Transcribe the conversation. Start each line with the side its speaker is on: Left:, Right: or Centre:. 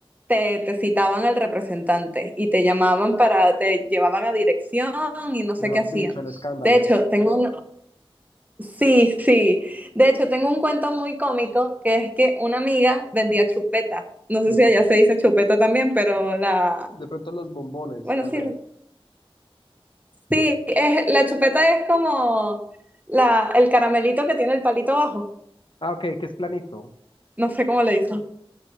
Right: te, te citaban al representante y te llamaban para, te llevaban a dirección y no sé
Left: Mejor
Right: qué hacían.
Left: dicho, el escándalo.
Right: De hecho, tengo, un- Sí, sí. De hecho, tengo un cuento muy cómico que es que una amiga vendía chupeta. No sé
Left: Sí.
Right: si allá se dice chupeta también, pero la...
Left: De pronto los bombones,
Right: Bueno,
Left: tal
Right: sí.
Left: vez.
Right: la- Sí, es- la chupeta es como la, el caramelito que tiene el palito abajo.
Left: Ah, ok, que es planito.
Right: No sé cómo le dicen.